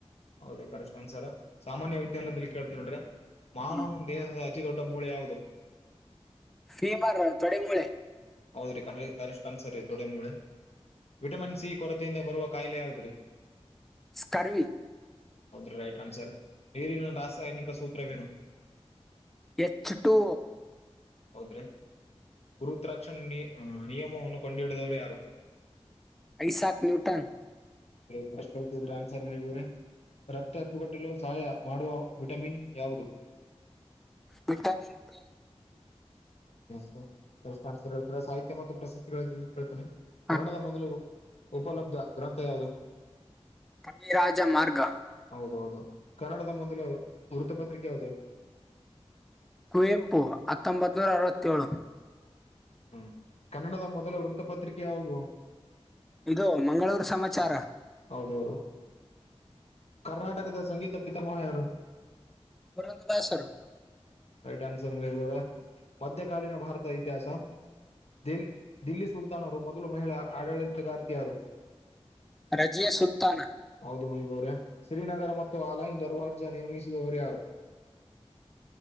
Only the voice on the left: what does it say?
ಹೌದು ಕರೆಕ್ಟ್ ಅನ್ಸರ್ ಸಾಮಾನ್ಯ ವಿಜ್ಞಾನದಲ್ಲಿ ಕೇಳ್ತೀನಿ ನೋಡ್ರ್ಯ ಮಾನವನ
ದೇಹದ ಅತಿ ದೊಡ್ಡ ಮೂಳೆ ಯಾವುದು
ಹೌದ್ರಿ ಕಣ್ರ ಕರೆಷ್ಟ್ ಅನ್ಸರ್ ರೀ ತೊಡೆ ಮೂಳೆ ವಿಟಾಮಿನ್ ಸಿ ಕೊರತೆಯಿಂದ ಬರುವ ಕಾಯಿಲೆ ಯಾವುದ್ರಿ
ಹೌದ್ರಿ ರೈಟ್ ಆನ್ಸರ್ ಡೇರಿ ರಾಸಾಯನಿಕ ಸೂತ್ರವೇನು
ಹೌದ್ರೆ ಗುರು ತ್ರಕ್ಷನ್ ನೀ ನಿಯಮವನ್ನು ಕಂಡು ಹಿಡಿದವರು ಯಾರು
ಏ ಕರೆಕ್ಟ್ ಹೇಳ್ತಿದೀರಾ ಆನ್ಸರ್ ಮೈಬು ಅವ್ರೆ ರಕ್ತ ಹೆಪ್ಪುಗಟ್ಟಲು ಸಹಾಯ ಮಾಡುವ ವಿಟಮಿನ್ ಯಾವುದು
ಹ ಕರೆಕ್ಟ್ ಅನ್ಸರ್ ಹೇಳ್ತೀರಾ ಸಾಹಿತ್ಯ ಮತ್ತು ಪ್ರಶಸ್ತಿಗಳ ಕೇಳ್ತೀನಿ
ಕನ್ನಡದ ಮೊದಲು ಉಪಲಬ್ಧ ಗ್ರಂಥ ಯಾವುದು
ಹೌದೌದು ಕನ್ನಡದ ಮೊದಲು ವೃತ್ತಪತ್ರಿಕೆ ಯಾವುದು
ಹ್ಮ್ ಕನ್ನಡದ ಮೊದಲ ವೃತ್ತಪತ್ರಿಕೆ ಯಾವುದು
ಹೌದೌದು ಕರ್ನಾಟಕದ ಸಂಗೀತ ಪಿತಾಮಹ ಯಾರು
ರೈಟ್ ಆನ್ಸರ್ ಮೈಬು ಅವ್ರೆ ಮಧ್ಯಕಾಲೀನ ಭಾರತ ಇತಿಹಾಸ ದಲ್ ದಿಲ್ಲಿ ಸುಲ್ತಾನರು ಮೊದಲು ಮಹಿಳಾ ಆಡಳಿತಗಾರ್ತಿ ಯಾರು
ಹೌದು ಮೈಬು ಅವ್ರೆ ಶ್ರೀನಗರ ಮತ್ತು ಆಲೈನ್ ದರ್ವಾಡ್ ನಿರ್ಮಿಸಿದವರು ಯಾರು